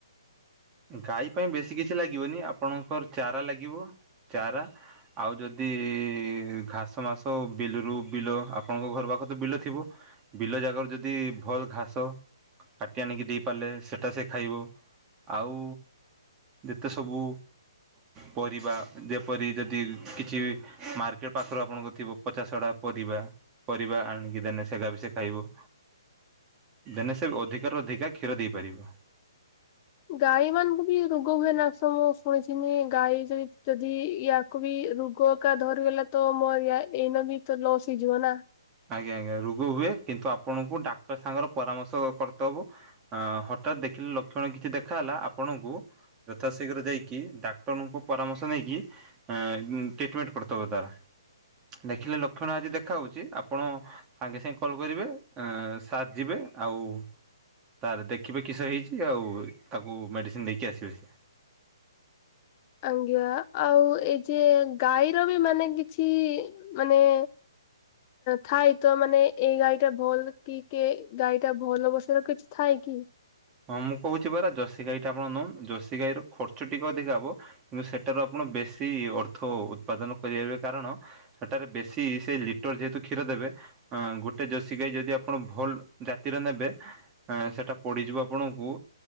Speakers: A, on the right (about 20°); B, on the left (about 30°).
A: ଗାଈ ପାଇଁ ବେଶୀ କିଛି ଲାଗିବନି ଆପଣଙ୍କର ଚାରା ଲାଗିବ ଚାରା ଆଉ ଯଦି ଘାସ ମାସ ବିଲୁରୁ ବିଲ ଆପଣଙ୍କ ଘର ପାଖେ ତ ବିଲ ଥିବ? ବିଲ ଜାଗାରୁ ଯଦି ଭଲ୍ ଘାସ କାଟି ଆଣିକି ଦେଇପାରିଲେ ସେଟା ସେ ଖାଇବ। ଆଉ ଯେତେ ସବୁ ପରିବା ଯେପରି ଯଦି କିଛି ବି ମାର୍କେଟ ପାଖରୁ ଆପଣଙ୍କ ଥିବ ପଚାସଢା ପରିବା ପରିବା ଆଣିକି ଦେନେ ସେଟା ବି ସେ ଖାଇବ। ଦେନେ ସେ ଅଧିକାରୁ ଅଧିକା କ୍ଷୀର ଦେଇପାରିବ।
B: ଗାଈ ମାନଙ୍କୁ ବି ରୋଗ ହୁଏ ନା ମୁଁ ଶୁଣିଥିନି ଗାଈ ଯେ- ଯଦି ଇଆ ଆକୁ ବି ରୋଗ କା ଧରିଗଲା ତ ମୋର ଏଇନା ବି ତ ଲସ୍ ହେଇଯିବ ନା।
A: ଆଜ୍ଞା -ଆଜ୍ଞା ରୋଗ ହୁଏ କିନ୍ତୁ ଆପଣଙ୍କୁ ଡାକ୍ତର ସାଙ୍ଗର ପରାମର୍ଶ କରିଦବ। ଆ ହଠାତ୍ ଦେଖିଲେ ଲକ୍ଷଣ କିଛି ଦେଖା ହେଲା ଆପଣଙ୍କୁ ଯଥାଶୀଘ୍ର ଯାଇକି ଡାକ୍ତରଙ୍କ ପରାମର୍ଶ ନେଇକି ଆଁ -ଟ୍ରିଟମେଣ୍ଟ୍ କରିଦବ ତାର ଦେଖିଲେ ଲକ୍ଷଣ ଆଜି ଦେଖା ହଉଚି ଆପଣ ସାଙ୍ଗେ ସାଙ୍ଗେ କଲ୍ କରିବେ ଏଁ- ସାର୍ ଯିବେ ଆଉ ତାର ଦେଖିବେ କିସ ହେଇଚି ଆଉ ତାକୁ ମେଡିସିନ୍ ଦେଇକି ଆସିବେ।
B: ଆଜ୍ଞା ଆଉ ଏଇ ଯେ ଗାଈର ବି ମାନେ କିଛି ମାନେ ଥାଏ ତ ମାନେ ଏଇ ଗାଈ ଟା ଭଲ୍ କି କେ ଗାଈ ଟା ଭଲ୍ ହବ ସେରା କିଛି ଥାଏ କି?
A: ହଁ -ମୁଁ କହୁଚି ପରା ଜର୍ଷି ଗାଈଟା ଆପଣ ନଉନ୍ ଜର୍ଷି ଗାଈ ର ଖର୍ଚ୍ଚ ଟିକେ ଅଧିକା ହବ କିନ୍ତୁ ସେଟାରୁ ଆପଣ ବେଶୀ ଅର୍ଥ ଉତ୍ପାଦନ କରିପାରିବେ କାରଣ ସେଟାରେ ବେଶୀ ସେ ଲିଟର୍ ଯେହେତୁ କ୍ଷୀର ଦେବେ ଅଁ- ଗୋଟେ ଜର୍ଷି ଗାଈ ଯଦି ଆପଣ ଭଲ୍ ଜାତିର ନେବେ ଅଁ- ସେଟା ପଡିଯିବ ଆପଣଙ୍କୁ